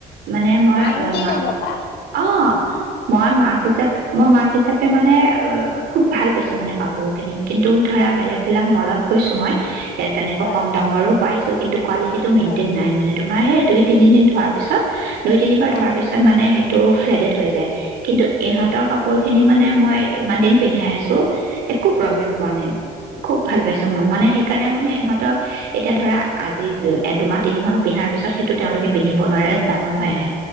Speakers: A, on the right (about 75°); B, on the left (about 75°).
A: মানে মই
B: নাইনটি
A: মা
B: নাইনৰ পৰা।
A: অ, মই মাক হিচাপে মই। মাক হিচাপে মানে খুব ভাল পাইছো মানে কাপোৰ কিনি কিন্তু ধৰা বেলেগ বিলাক মলত গৈছো মই। এ তেনেকুৱা
B: হয়
A: কম দামৰো পাইছো কিন্তু কোৱালিটি টো মেইনটেইন
B: হয়
A: নাই মানে তোমাৰ সেই। দুই তিনি দিন ধোৱাৰ পিছত। দুই তিনিবাৰ
B: অ
A: ধোৱাৰ পিছত মানে। ফেডড হৈ যায়, কিন্তু ইহঁতৰ কাপোৰ খিনি মানে মই ইমান দিন পিন্ধাই আছ একো প্ৰব্লেম
B: অ অ
A: পোৱা নাই, খুব ভাল পাইছো। মই মানে সেইকাৰণে মানে ইহঁতক এতিয়া ধৰা আজি এ দুমাহ তিনিমাহ। পিন্ধাৰ পিছত সেটো তেওঁলোকেিন্ধিবোৱাৰে। ডাঙৰ হৈ
B: উম
A: আহে,